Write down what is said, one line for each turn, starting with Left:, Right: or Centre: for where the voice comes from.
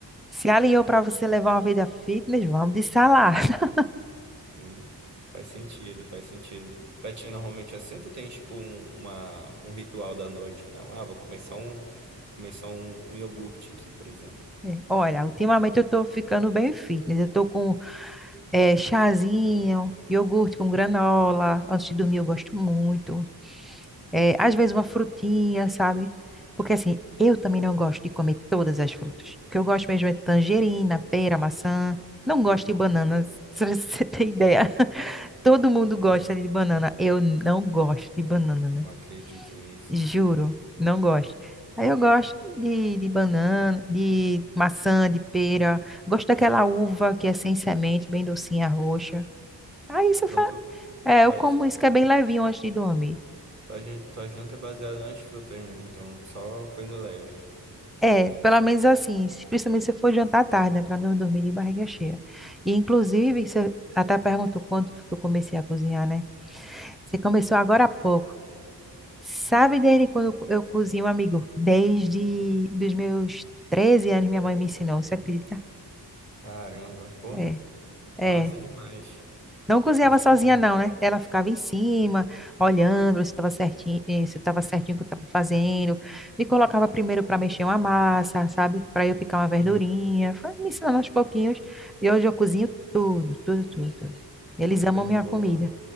Centre: Se alinhou para você levar uma vida fitness, vamos de salada. <laughs>
Right: Sim, faz sentido, faz sentido. Pra ti, normalmente é assim, ou tu tem tipo um, uma, um ritual da noite e tal? Ah, vou começar um, começar um, um iogurte aqui, por exemplo.
Centre: É, Olha, ultimamente eu tô ficando bem fitness. Eu tô com eh, chazinho, iogurte com granola. Antes de dormir eu gosto muito. É, às vezes uma frutinha, sabe? Porque assim, eu também não gosto de comer todas as frutas. O que eu gosto mesmo é tangerina, pera, maçã. Não gosto de banana, <laughs> se você tem ideia. <laughs> Todo mundo gosta
Right: Uhum.
Centre: de banana. Eu não gosto de banana, né?
Right: Não acredito nisso.
Centre: Juro, não gosto. Aí eu gosto de, de banana, de maçã, de pera. Gosto daquela uva que é sem semente, bem docinha, roxa. Aí isso
Right: Então,
Centre: fa...
Right: tu,
Centre: é,
Right: tua,
Centre: eu como
Right: j-
Centre: isso que é bem levinho antes de dormir.
Right: tua, jan- tua janta é baseada nas frutas mesmo, então só coisa leve.
Centre: É, pelo menos assim, se- principalmente se for jantar tarde, né, para não dormir de barriga cheia. E inclusive, você até perguntou quanto que eu comecei a cozinhar, né? Você começou agora há pouco. Sabe desde quando eu co- eu cozinho, amigo? Desde dos meus 13 anos minha mãe me ensinou, você acredita?
Right: Caramba, pô,
Centre: É. É,
Right: massa demais.
Centre: Não cozinhava
Right: Massa
Centre: sozinha,
Right: demais.
Centre: não, né? Ela ficava em cima, olhando se estava certinho, eh, se estava certinho o que eu estava fazendo. Me colocava primeiro para mexer uma massa, sabe? Para eu picar uma verdurinha.
Right: Uhum.
Centre: Foi me ensinando aos pouquinhos. E hoje eu cozinho tudo, tudo, tudo, tudo. Eles
Right: Pô, coisa
Centre: amam minha
Right: boa.
Centre: comida,